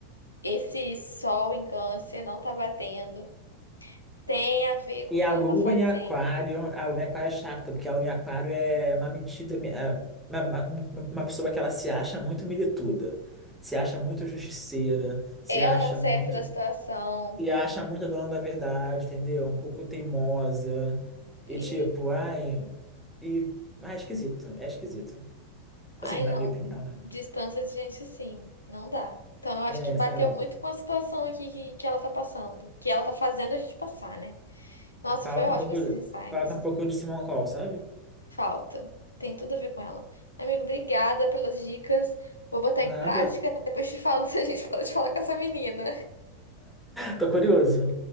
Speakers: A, on the left; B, in the centre.
A: esse sol em câncer não tá batendo. Tem a ver com
B: E
A: o que
B: a
A: ela
B: lua
A: tá fazendo.
B: em aquário, a lua em aquário é chata, porque a lua em aquário é uma metida, é uma, uma, uma pessoa que ela se acha muito milituda, se acha muito justiceira, se
A: Ela
B: acha
A: é a certa
B: muito,
A: da situação.
B: se acha muito dona da verdade, entendeu? Um pouco teimosa,
A: E,
B: e tipo, ai, e, ai, esquisito, é esquisito.
A: ai,
B: Assim, na
A: não.
B: minha opinião, né?
A: Distância de gente assim, não dá. Então eu acho
B: É,
A: que bateu
B: sabe,
A: muito com a situação aqui que, que ela tá passando, que ela tá fazendo a gente passar, né? Nossa,
B: falta
A: foi ótimo
B: um pouco,
A: esses insights.
B: falta um pouco de Simon Cowell, sabe?
A: Falta. Tem tudo a ver com ela. Amigo, obrigada pelas dicas. Vou botar
B: Nada.
A: em prática. né? Depois te falo <laughs> se a gente pode falar com essa menina.
B: <laughs> Tô curioso.